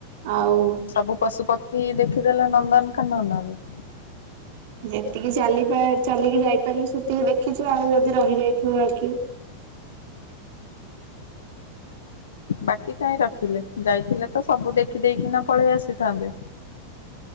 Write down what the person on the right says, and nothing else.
ଆଉ।
ଯେତିକି ଚାଲିପା ଚାଲିକି ଯାଇପାରିଲୁ ସେତିକି ଦେଖିଛୁ ଆଉ ଯଦି ରହିଯାଇଥିବ ବାକି। <unintelligible>